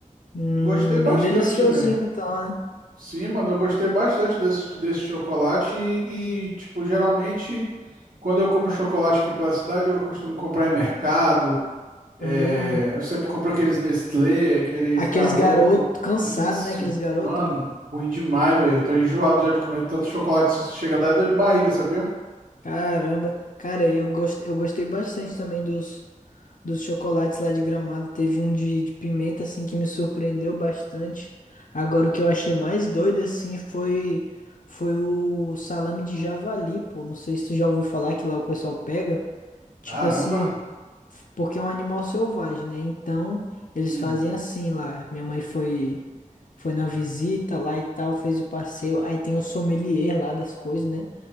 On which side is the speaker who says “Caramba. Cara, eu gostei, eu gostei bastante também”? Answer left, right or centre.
Left